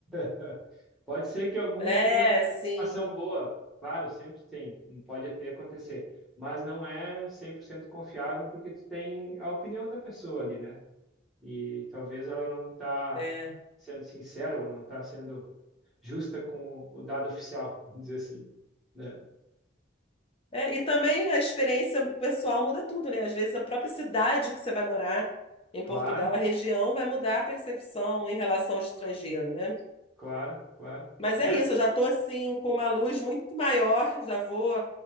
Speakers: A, in the centre; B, on the left.
A: <laughs> Pode ser que algum
B: É,
A: tenha alguma
B: sim.
A: informação boa, claro, sempre tem, pode até acontecer, mas não é 100% confiável porque tu tem a opinião da pessoa ali, né? E talvez ela não está
B: É.
A: sendo sincera ou não está sendo justa com o dado oficial, <laughs> vamos dizer assim, né?
B: É, e também a experiência pessoal muda tudo, né? Às vezes a própria cidade que você vai morar em
A: Claro,
B: Portugal, a região, vai mudar a percepção em relação ao estrangeiro, né?
A: claro, claro.
B: Mas
A: É,
B: é isso, eu já estou assim com uma luz muito maior, já vou